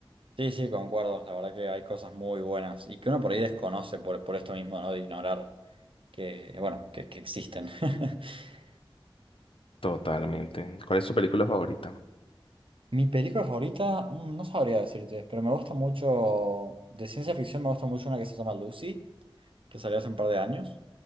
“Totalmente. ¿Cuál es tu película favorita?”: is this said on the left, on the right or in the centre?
Left